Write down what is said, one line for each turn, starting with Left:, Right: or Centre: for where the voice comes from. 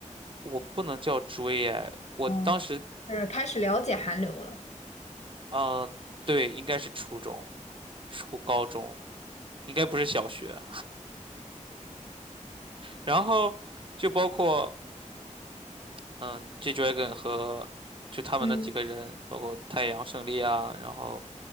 Right: 我不能叫追哎，我当时
Left: 哦，是开始了解韩流了，
Right: 嗯，对，应该是初中、初高中，应该不是小学。然后就包括嗯，G Dragon 和就他们那几个人，
Left: 嗯，
Right: 包括太阳胜利啊，然后